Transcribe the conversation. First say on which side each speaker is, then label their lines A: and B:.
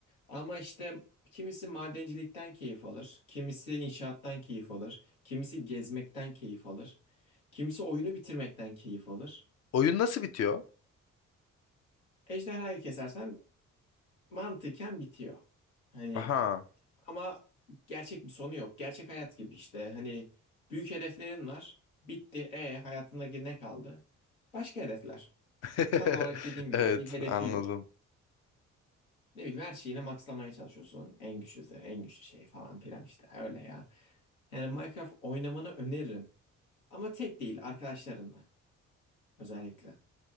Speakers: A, on the left; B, on the left.
A: Ama işte kimisi madencilikten keyif alır, kimisi inşaattan keyif alır, kimisi gezmekten keyif alır, kimisi oyunu bitirmekten keyif alır.
B: Oyun nasıl bitiyor?
A: Ejderhayı kesersen mantıken bitiyor. Hani
B: Aha.
A: ama gerçek bir sonu yok. Gerçek hayat gibi işte. Hani büyük hedeflerin var. Bitti. E hayatında ne kaldı? Başka hedefler.
B: <laughs>
A: Tam olarak dediğim gibi
B: Evet,
A: bir hedefi
B: anladım.
A: yok. Ne bileyim her şeyini maxlamaya çalışıyorsun. En güçlüsü, en güçlü şey falan filan işte. Öyle ya. Yani Minecraft oynamanı öneririm. Ama tek değil arkadaşlarınla özellikle.